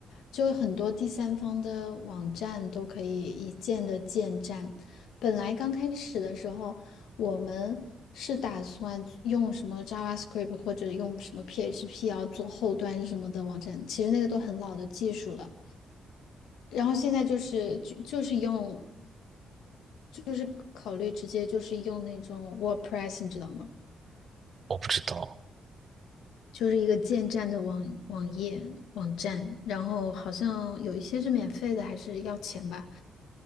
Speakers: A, on the left; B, on the right.
A: 就很多第三方的网站都可以一键的建站。本来刚开始的时候，我们是打算用什么 JavaScript 或者用什么 PHP 要做后端什么的网站，其实那个都很老的技术了。然后现在就是就就是用就是考虑直接就是用那种 WordPress，你知道吗？
B: 我不知道
A: 就是一个建站的网网页网站，然后好像有一些是免费的，还是要钱吧，